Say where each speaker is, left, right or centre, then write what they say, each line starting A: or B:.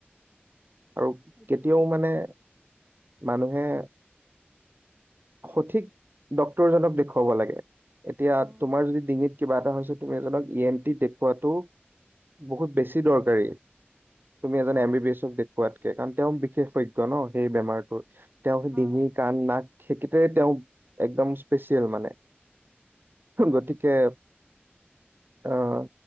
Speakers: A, on the right; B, on the right.
A: আৰু
B: সেইটো
A: কেতিয়াও মানে মানুহ হে। সঠিক ডক্তৰজনক দেখুৱাব লাগে। এতিয়া
B: উম,
A: তোমাৰ যদি ডিঙিত কিবা এটা হৈছে তুমি এজনক ই এন টি দেখুৱো বহুত বেছি দৰকাৰী। তুমি এজন
B: অ,
A: এম বি এছ ক দেখোওৱা। হোৱাতকে কাৰণ তেওঁ বিশেষজ্ঞ ন সেই বেমাৰটো। তেওঁ সেই
B: হয়,
A: ডিঙি কাণ নাক সেইকেইটৰে তেওঁ একদম স্পেচিয়েল মানে।
B: হয়।
A: গতিকে আহ।